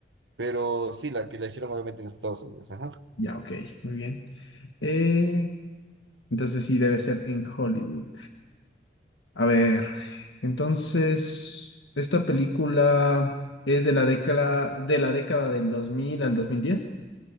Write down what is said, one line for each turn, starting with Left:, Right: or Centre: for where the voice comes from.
Right: pero sí, la que la hicieron obviamente en Estados Unidos, ajá.
Left: Ya, ok, muy bien. Eh, entonces sí, debe ser en Hollywood. A ver, entonces, ¿esta película es de la década, de la década del 2000 al dos mil diez,